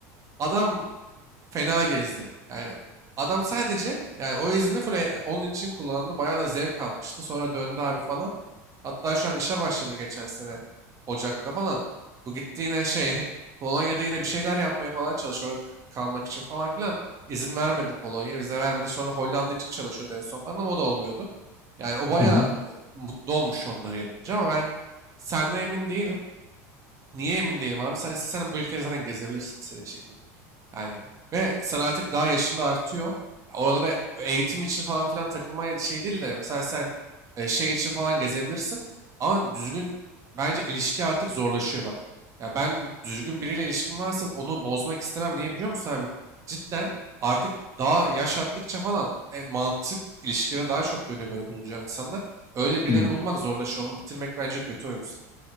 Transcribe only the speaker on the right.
Adam fena gezdi. Yani adam sadece yani o izni full e- onun için kullandı. Bayağı da zevk almıştı. Sonra döndü abi falan. Hatta şu an işe başladı geçen sene Ocak'ta falan. Bu gitti yine şey <laughs> Polonya'da yine bir şeyler yapmaya falan çalışıyor. Orada k- kalmak için falan filan. İzin vermedi Polonya. Vize vermedi. Sonra Hollanda için çalışıyordu en son falan ama o da olmuyordu. Yani o bayağı
e, mutlu olmuş onları yapınca ama ben senden emin değilim. Niye emin değilim abi? Sen istesen bu ülkeyi zaten gezebilirsin istediğin şekilde. Yani ve sen artık daha yaşın da artıyor. Oralara eğitim için falan filan takılma şey değil de mesela sen e, şey için falan gezebilirsin. Ama düzgün bence ilişki artık zorlaşıyor bak. Ya ben düzgün biriyle ilişkim varsa onu bozmak istemem. Niye biliyor musun abi? Cidden artık daha yaş arttıkça falan e, mantık ilişkilerine daha çok dönüyor böyle bulacağın insanlar. Öyle birilerini
bulmak zorlaşıyor. Onu bitirmek bence kötü o yüzden.